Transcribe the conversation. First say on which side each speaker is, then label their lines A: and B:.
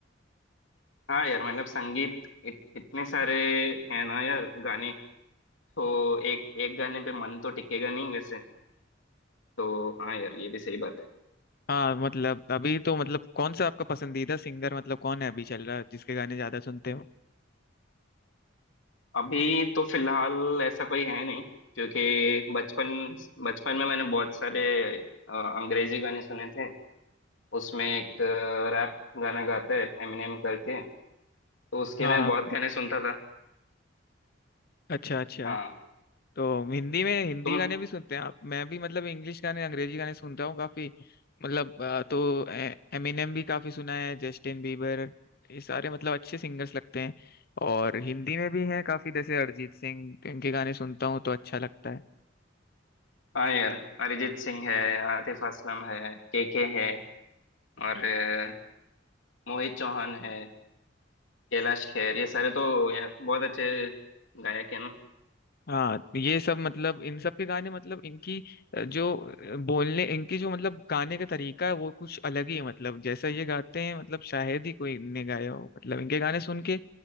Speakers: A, on the left; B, on the left.
A: हाँ यार मतलब संगीत इत, इतने सारे हैं ना यार गाने तो एक एक गाने पे मन तो टिकेगा नहीं वैसे तो हाँ यार ये भी सही बात है
B: हाँ मतलब अभी तो मतलब कौन सा आपका पसंदीदा सिंगर मतलब कौन है अभी चल रहा है जिसके गाने ज्यादा सुनते हो
A: अभी तो फिलहाल ऐसा कोई है नहीं क्योंकि बचपन बचपन में मैंने बहुत सारे अ, अंग्रेजी गाने सुने थे उसमें एक रैप गाना गाता है एमिनेम करके तो उसके
B: हाँ
A: मैं बहुत गाने सुनता था
B: अच्छा अच्छा
A: हाँ
B: तो हिंदी में हिंदी
A: तुम
B: गाने भी सुनते हैं आप मैं भी मतलब इंग्लिश गाने अंग्रेजी गाने सुनता हूँ काफी मतलब अ, तो एमिनेम भी काफी सुना है जस्टिन बीबर ये सारे मतलब अच्छे सिंगर्स लगते हैं और हिंदी में भी हैं काफी जैसे अरिजीत सिंह इनके गाने सुनता हूँ तो अच्छा लगता है
A: हाँ यार अरिजीत सिंह है आतिफ असलम है केके है और अ, मोहित चौहान है कैलाश खेर ये सारे तो यार बहुत अच्छे गायक है ना
B: हाँ तो ये सब मतलब इन सब के गाने मतलब इनकी अ, जो अ, बोलने इनकी जो मतलब गाने का तरीका है वो कुछ अलग ही है मतलब जैसा ये गाते हैं मतलब शायद ही कोई ने गाया हो मतलब इनके गाने सुन के